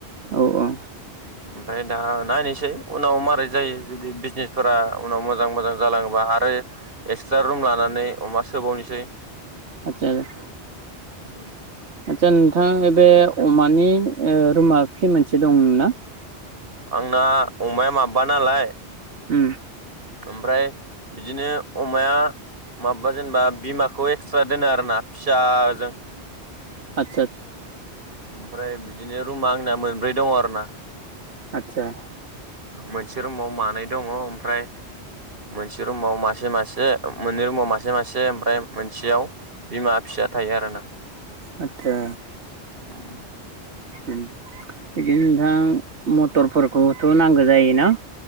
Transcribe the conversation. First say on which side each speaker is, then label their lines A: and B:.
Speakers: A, on the right (about 80°); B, on the right (about 55°).
A: औ ओ-।
B: ओमफ्राय दा नायनोसै उनाव मारै जायो जुदि बिजनेस फोरा उनाव मोजां मोजां जालाङोबा आरो एक्सट्रा रुम लानानै अमा सोबावनोसै।
A: आतसा।
B: उम।
A: आदसा नोंथां बे अमानि ओ रुमा खोय मोनसे दं नोंना।
B: आंना अमाया माबबा नालाय।
A: उम।
B: ओमफ्राय बिदिनो अमाया माबा जेनेबा बिमाखौ एक्सट्रा दोनो आरोना फिसाजों।
A: आतसा आसा।
B: ओमफ्राय बिदिनो रुमा आंना मोनब्रै दङ आरो ना।
A: आदसा।
B: मोनसे रुमाव मानै दङ ओमफ्राय मोनसे रुमाव मासे मासे मोननै रुमाव मासे मासे ओमफ्राय मोनसेयाव बिमा फिसा थायो आरो ना।
A: आदचा।
B: उम।
A: उम। बिदिनो नोंथां मटरफोरखौ खौ नांगौ जायो ना।